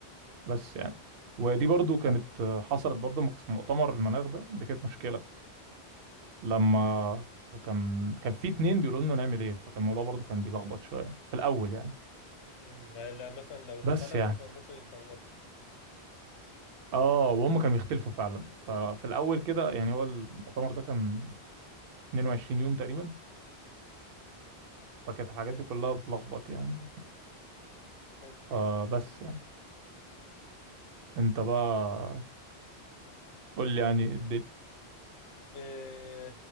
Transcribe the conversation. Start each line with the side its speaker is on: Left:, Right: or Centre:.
Right: بس يعني ودي برضو كانت آه، حصلت برضو لما كنت في مؤتمر المناخ ده دي كانت مشكله لما كان كان في اتنين بيقولوا لنا نعمل ايه فكان الموضوع برضو كان بيلخبط شويه في الاول يعني
Left: امم لا مثلا لو اختلفوا
Right: بس يعني
Left: فممكن يتلخبطوا
Right: اه وهم كانوا بيختلفوا فعلا ففي الاول كده يعني هو المؤتمر ده كان 22 يوم تقريبا فكانت الحاجات
Left: ايوه
Right: دي كلها بتلخبط يعني
Left: حلو
Right: فبس يعني انت بقى قول لي يعني الدنيا
Left: إيه